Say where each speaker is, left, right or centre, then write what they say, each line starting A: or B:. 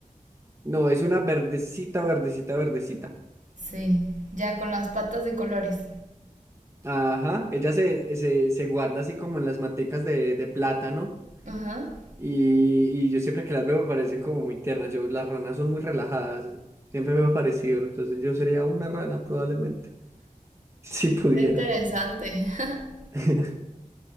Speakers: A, on the right (about 20°); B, on the right (about 70°).
A: No, es una verdecita, verdecita, verdecita.
B: Sí, ya con las patas de colores.
A: Ajá, ella se, se, se guarda así como en las maticas de, de plátano.
B: Ajá.
A: Y, y yo siempre que las veo me parecen como muy tiernas. Yo, las ranas son muy relajadas. Siempre me ha parecido. Entonces yo sería una rana probablemente. <laughs> Si pudiera.
B: Está interesante. <laughs>
A: <laughs>